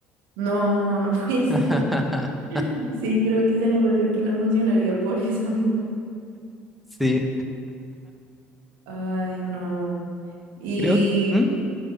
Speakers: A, on the right; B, in the centre.
A: No, no puede ser.
B: <laughs>
A: <laughs> Sí, creo que ese negocio aquí no funcionaría por eso mismo.
B: Sí,
A: Ay, no. Y,
B: creo. ¿Mm?